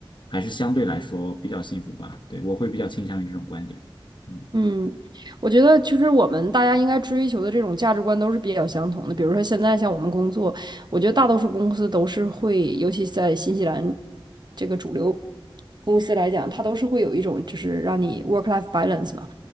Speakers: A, on the left (about 60°); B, on the right (about 50°).
A: 还是相对来说比较幸福吧。对，我会比较倾向于这种观点。嗯
B: 嗯，我觉得其实我们大家应该追求的这种价值观都是比较相同的。比如说现在像我们工作，我觉得大多数公司都是会，尤其在新西兰这个主流公司来讲，它都是会有一种就是让你 work-life balance 嘛，